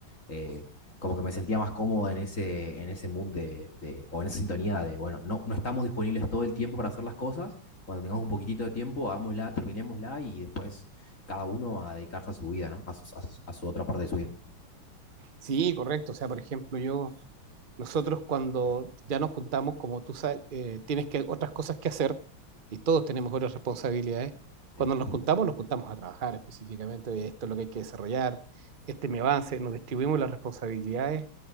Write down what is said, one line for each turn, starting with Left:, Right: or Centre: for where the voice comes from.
Left: eh, como que me sentía más cómodo en ese, en ese mood de, de- o en esa sintonía de, bueno, no, no estamos disponibles todo el tiempo para hacer las cosas, cuando tengamos un poquitito de tiempo, hagámosla, terminémosla y después cada uno a dedicarse a su vida, ¿no? A su, a su- a su otra parte de su vida.
Right: Sí, correcto. O sea, por ejemplo, yo, nosotros cuando ya nos juntamos, como tú sabes, eh, tienes que otras cosas que hacer y todos tenemos otras responsabilidades.
Left: Sí.
Right: Cuando nos juntamos, nos juntamos a trabajar específicamente. Oye, esto es lo que hay que desarrollar, este es mi avance, nos distribuimos las responsabilidades